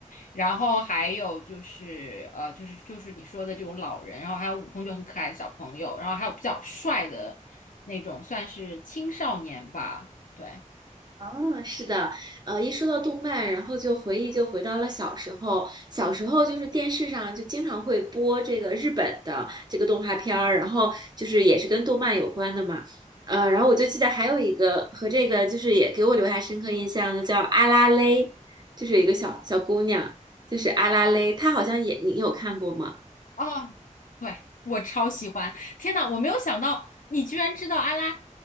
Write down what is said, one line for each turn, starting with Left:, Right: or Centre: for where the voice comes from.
Left: 然后还有就是呃，就是就是你说的这种老人，然后还有舞风就很可爱的小朋友，然后还有比较帅的那种，算是青少年吧。对，
Right: 哦，是的，呃，一说到动漫，然后就回忆就回到了小时候。小时候就是电视上就经常会播这个日本的这个动画片儿，然后就是也是跟动漫有关的嘛。呃，然后我就记得还有一个和这个就是也给我留下深刻印象的叫阿拉蕾，就是一个小小姑娘，就是阿拉蕾，她好像也你有看过吗？
Left: 哦，对，我超喜欢！天呐，我没有想到你居然知道阿拉，